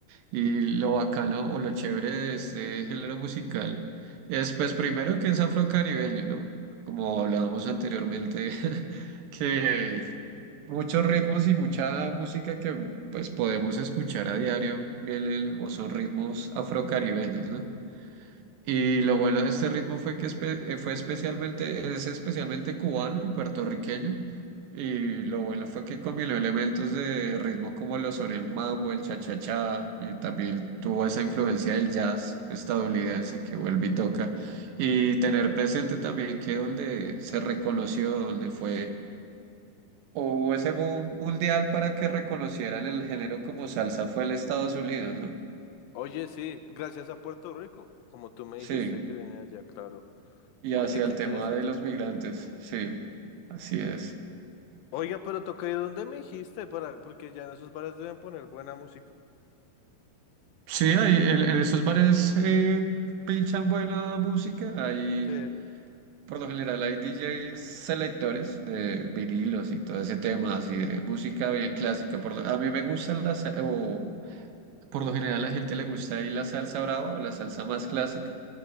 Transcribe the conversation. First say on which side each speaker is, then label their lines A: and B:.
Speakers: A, on the right; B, on the left.
A: Y lo bacano o lo chévere de este género musical es, pues, primero que es afrocaribeño, ¿no? Como hablábamos anteriormente, <laughs> que muchos ritmos y mucha música que pues podemos escuchar a diario, vienen o son ritmos afrocaribeños, ¿no? Y lo bueno de este ritmo fue que espe- eh, fue especialmente, es especialmente cubano y puertorriqueño. Y lo bueno fue que combinó elementos de ritmo como lo son el mambo, el cha-cha-cha, y también tuvo esa influencia del jazz estadounidense que vuelve y toca. Y tener presente también que donde se reconoció, donde fue o ese boom mundial para que reconocieran el género como salsa fue en Estados Unidos, ¿no?
B: Oye, sí, gracias a Puerto Rico, como tú me
A: Sí,
B: dijiste que viene allá, claro.
A: y
B: Oye,
A: hacia
B: qué
A: el
B: interesante.
A: tema de los migrantes, sí,
B: Sí.
A: así es.
B: Oiga, pero toca ir donde me dijiste, para, porque ya en esos bares deben poner buena música.
A: Sí, ahí en, en esos bares eh, pinchan buena música, ahí
B: Sí.
A: por lo general hay DJs selectores de vinilos y todo ese tema, así de música bien clásica. Por lo- a mí me gusta la, sa- o por lo general a la gente le gusta ahí la salsa brava o la salsa más clásica,